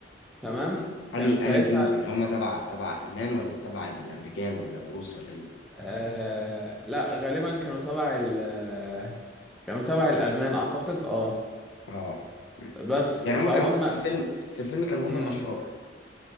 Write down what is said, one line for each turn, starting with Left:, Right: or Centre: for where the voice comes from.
Centre: تمام كان
Left: اني
Centre: ساعتها
Left: اني جنود يعني هم تبع تبع المان ولا تبع الامريكان ولا الروس ولا مين
Centre: آه لا غالبا كانوا تبع ال آه، كانوا تبع الألمان اعتقد اه
Left: اه مم.
Centre: بس
Left: يعني
Centre: فهم
Left: هم كانوا في الفيلم في الفيلم كانوا هم
Centre: امم
Left: الاشرار